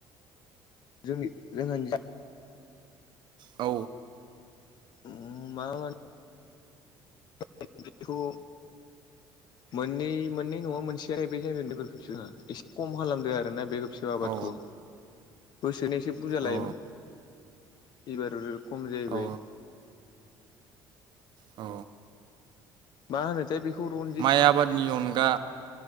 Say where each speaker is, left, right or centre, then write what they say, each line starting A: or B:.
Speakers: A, on the left; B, on the right.
A: जोंनि जोंहानिजा
B: औ
A: उम मा माने <unintelligible> बेखौ मोननै मोननै नङा मोनसेया बे जायगायाव <unintelligible> एसे खम खालामदो आरोना बे खेबसे थास' आबादखौ
B: औ
A: बोसोनो एसे बुरजा लायोमोन
B: औ
A: इबार खम जाहैबाय
B: औ अ
A: मा होनो दा बेखौ रन
B: माइ आबादनि अनगा